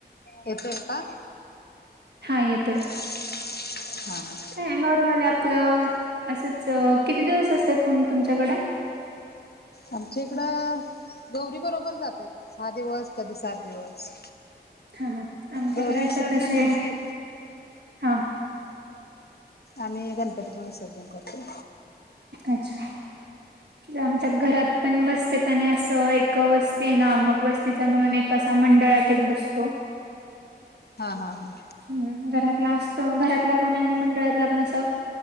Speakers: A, on the left; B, on the right.
A: येत य का.
B: हां येतोय.
A: हा.
B: का नॉर्मल आपलं असंच किती दिवस असतात तुमच्याकडे
A: आमच्या इकडं गौरी बरोबर जातात, सहा दिवस कधी सात दिवस.
B: हा ह आमच्याकडे
A: गौरी
B: असतात
A: विसर्जन
B: तसे
A: दिवशी
B: हा.
A: आम्ही गणपतीपणे विसर्जन करतो.
B: अच्छा. आमच्या घरात पण बसत, आणि असं एक वस्ती आहे नामक बस्तीचा म्हणून एक कसा मंडळात एक बसतो.
A: हा हा हा.
B: हम् घरातला असतो घरातला पण आणि मंडळातला पण असं.